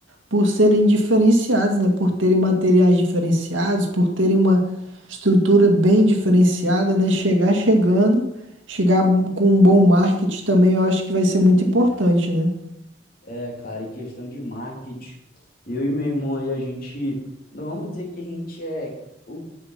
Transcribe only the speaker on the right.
por serem diferenciados, né? Por terem materiais diferenciados, por terem uma estrutura bem diferenciada, né? Chegar chegando, chegar com um bom marketing também, eu acho que vai ser muito importante, né?